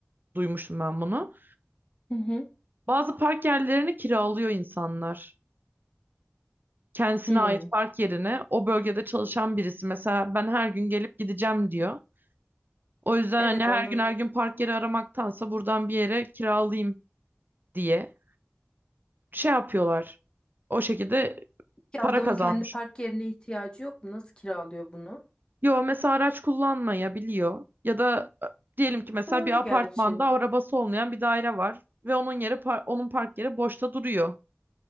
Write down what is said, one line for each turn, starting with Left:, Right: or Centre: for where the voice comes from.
Right: duymuştum ben bunu.
Left: Hı hı.
Right: Bazı park yerlerini kiralıyor insanlar. Kendisine
Left: Hı.
Right: ait park yerine o bölgede çalışan birisi mesela ben her gün gelip gideceğim diyor. O yüzden
Left: Evet
Right: hani her
Left: anladım.
Right: gün her gün park yeri aramaktansa buradan bir yere kiralayayım diye. şey yapıyorlar. O şekilde
Left: Ki
Right: para
Left: adamın
Right: kazanmış.
Left: kendi park yerine ihtiyacı yok mu? Nasıl kiralıyor bunu?
Right: Yo mesela araç kullanmayabiliyor ya da e, diyelim ki mesela
Left: Doğru
Right: bir apartmanda
Left: gerçi.
Right: arabası olmayan bir daire var ve onun yeri par- onun park yeri boşta duruyor.